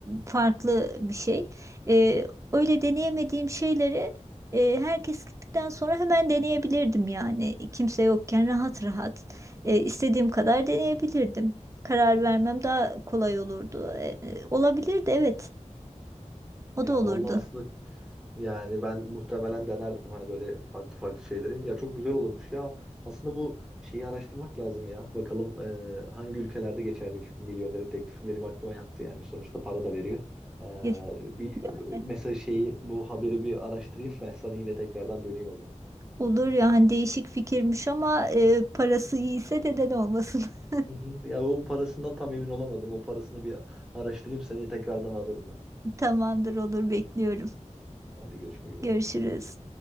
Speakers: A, on the right (about 25°); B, in the centre.
A: farklı bir şey E, öyle deneyemediğim şeyleri e, herkes gittikten sonra hemen deneyebilirdim yani kimse yokken rahat rahat e, istediğim kadar deneyebilirdim karar vermem daha kolay olurdu. E, e, olabilirdi evet. O
B: Ya
A: da olurdu.
B: vallahi aslında yani ben muhtemelen denerdim hani böyle farklı farklı şeyleri. Ya çok güzel olurmuş ya. Aslında bu şeyi araştırmak lazım ya. Bakalım e, hangi ülkelerde geçerliymiş bu milyonerin teklifi benim aklıma yattı yani. Sonuçta para da veriyor. E,
A: Ya-
B: bir
A: Yani
B: mesaj şeyi bu haberi bir araştırayım <laughs> ben sana yine tekrardan döneyim o zaman.
A: olur ya hani değişik fikirmiş ama e, parası iyiyse neden olmasın. <laughs>
B: Hı hı. Ya o parasından tam emin olamadım. O parasını bir araştırayım seni tekrardan ararım ben.
A: Tamamdır olur bekliyorum.
B: Hadi görüşmek üzere.
A: Görüşürüz.